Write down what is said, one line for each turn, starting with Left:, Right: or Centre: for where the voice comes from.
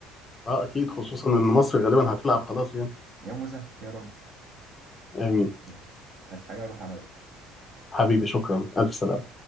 Left: اه أكيد خصوصا إن مصر غالبا هتلعب خلاص يعني
Right: يا موسى يا رب
Left: آمين
Right: ماشي عايز حاجة اروح انا بقى
Left: حبيبي شكرا ألف سلامة